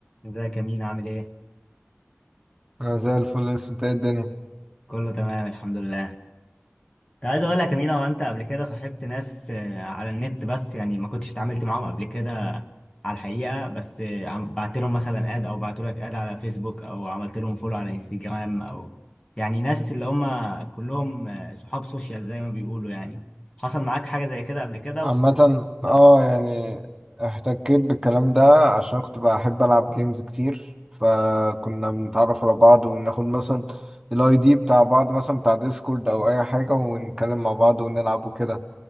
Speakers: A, on the left; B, on the right.
A: ازيك يا مينا عامل ايه؟
B: انا زي الفل اسف انت ايه الدنيا
A: كله تمام الحمد لله. كنت عايز اقول لك يا مينا وانت قبل كده صاحبت ناس آه، على النت بس يعني ما كنتش اتعاملت معاهم قبل كده على الحقيقة بس آه، عم- بعت لهم مثلا اد او بعتوا لك اد على فيسبوك او عملت لهم فولو على انستجرام او يعني ناس اللي هم كلهم آه، صحاب سوشيال زي ما بيقولوا يعني حصل معاك حاجة زي كده قبل كده
B: عامة
A: ولا لا؟
B: اه يعني احتكيت بالكلام ده عشان كنت بحب العب جيمز كتير فكنا بنتعرف على بعض وناخد مثلا الاي دي بتاع بعض مثلا بتاع ديسكورد او اي حاجة ونتكلم مع بعض ونلعب وكده